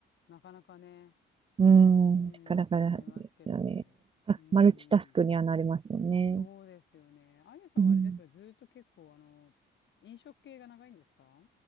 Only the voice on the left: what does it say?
なかなかね、
うーんって思いますけど、
うーん、そうですよね。あゆさんはあれですが、
ずーっと結構、あの、飲食系が長いんですか